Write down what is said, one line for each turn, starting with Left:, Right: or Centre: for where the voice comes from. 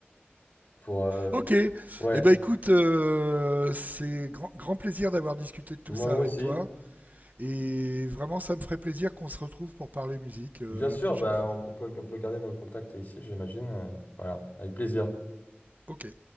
Left: pour euh,
Right: Ok. Eh
Left: ouais.
Right: ben écoute, euh, c'est grand, grand plaisir d'avoir discuté de tout
Left: Moi,
Right: ça
Left: moi
Right: avec
Left: aussi.
Right: toi. Et vraiment, ça me ferait plaisir qu'on se retrouve pour parler musique euh,
Left: Bien sûr,
Right: la prochaine
Left: bah, on,
Right: fois.
Left: on peut, on peut garder nos contacts ici, j'imagine. euh, voilà, avec plaisir.
Right: Ok.